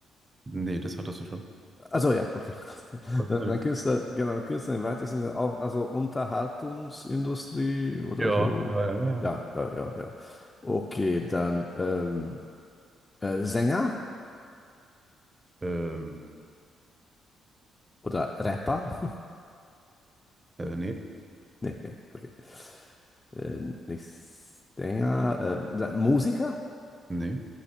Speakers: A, on the right; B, on the left.
A: Nee, das hattest du schon.
B: Also ja, okay. gut. <laughs>
A: Okay.
B: Dann, dann Künstler, genau, Künstler im weitesten Sinne auch, also Unterhaltungsindustrie oder
A: Ja,
B: so.
A: ja, ja. ja.
B: Ja, ja, ja, ja. Okay, dann ähm, äh, Sänger
A: Ähm,
B: oder Rapper? <laughs>
A: äh, nee,
B: Nee, nee, okay. Äh, nicht Sänger, äh, dann Musiker?
A: nee,